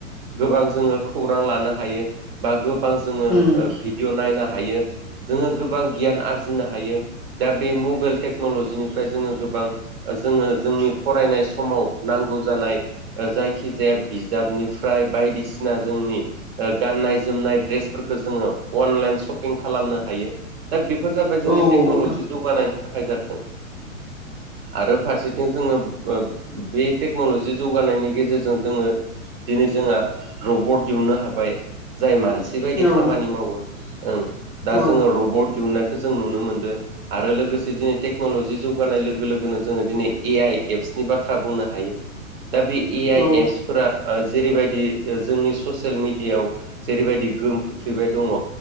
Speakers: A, on the right (about 45°); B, in the centre.
A: गोबां जोङो खौरां लानो हायो बा गोबां जोङो ओ
B: उम
A: भिडिअ नायनो हायो जोङो गोबां गियान आरजिनो हायो। दा बे मबाइल टेक्न'लजिनिफ्राय जोङो गोबां जोङो जोंनि फरायनाय समाव नांगौ जानाय ओ जायखिजाया बिजाबनिफ्राय बायदिसिना जोंनि गाननाय जोमनाय द्रेसफोरखो जोङो अनलाइ सपिं खालामनो हायो दा बेफोर जाबाय
B: औ
A: जोंनि
B: औ
A: टेक्नल'जि
B: नोंथां
A: जौगानायनि थाखाय जादों। आरो फारसेथिं जोङो ओ बे टेक्न'लजि जौगानायनि गेजेरजों जोङो दिनै जोंहा रबट दिहुननो हाबाय जाय मानसि बायदि खामानि
B: औ
A: मावो ओ दा
B: औ
A: जोङो रबट दिहुननायखौ जों नुनो मोनदों। आरो लोगोसे दिनै टेक्न'लजि जौगानाय लोगो लोगो लोगोनो जोङो दिनै ए आइ एप्सनि बाथ्रा बुंनो हायो। दा बे ए आइ
B: औ
A: एप्सफोरा ओ जेरैबायदि जोंनि ससियेल मेडियायाव जेरैबायदि गोहोम खोख्लैबाय दङ